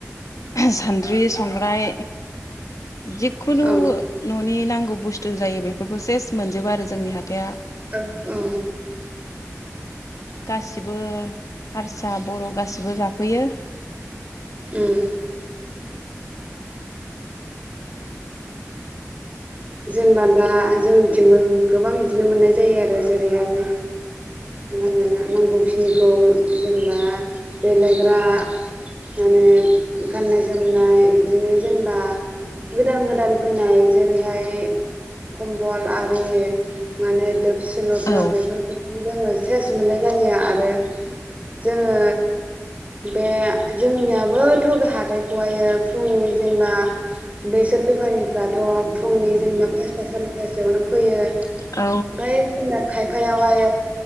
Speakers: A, on the left; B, on the right.
A: सान्द्रि- संग्राय जिखुनु
B: औ
A: न'नि <unintelligible> नांगौ बुस्थु जायो बेफोरखौ सेस मोनजोबो आरो जोंनि हाथाय आ
B: औ औ।
A: गासिबो हारसा बर' गासिबो जाफैयो।
B: ओम। जेनेबा दा जोंनिथिंबो गोबां बिदिनो मोननाय जायो आरो जेरैहाय मा होनो नांगौखिनिखौ जेनेबा देलायग्रा माने गाननाय -जोमनाय इदिनो जेनेबा गोदान गोदान फैनाय जेरै ओमफ्राय खम्बल आरि माने दोबसि लथा
A: औ
B: बेफोरखौबो जोङो सेस मोननाय जायो आरो जोङो बे जोंनियाबोथ' बे हाथाइखौहायो फुंनि जेनेबा बेसोर बेफारिफ्रा थ' फुंनि जेनेबा पासथा सारायफास्थायावनो फैयो। ओमफ्राय
A: औ
B: जोंना खायफायावहाय